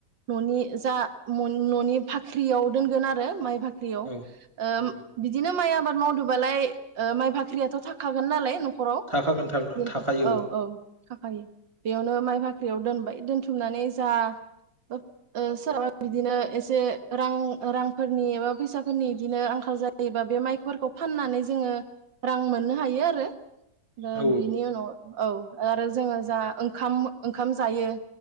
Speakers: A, on the right; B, on the right.
A: न'नि जा न'नि फाख्रियाव दोनगोन आरो माइ बा दैयाव
B: औ
A: ओ
B: औ औ औ
A: बिदिनो माइ आबाद मावदोबालाय ओ माइ बाख्रियाथ' थाखागोन नालाय न'खराव
B: थाखागोन थाखागोन
A: बिदि
B: थाखायो
A: औ औ खाफायो बेयावनो माइ फाख्रियाव दोनबाय। दोनथुमनानै जा ओ सोरहाबा बिदिनो एसे रां-रां फोरनि एबा फैसाफोरनि बिदिनो आंखाल जायोबा बे माइफोरखौ फाननानै जोङो रां मोननो हायो आरो। ओ
B: औ
A: बिनि उनाव औ। आरो जोङो जा ओंखाम ओंखाम जायो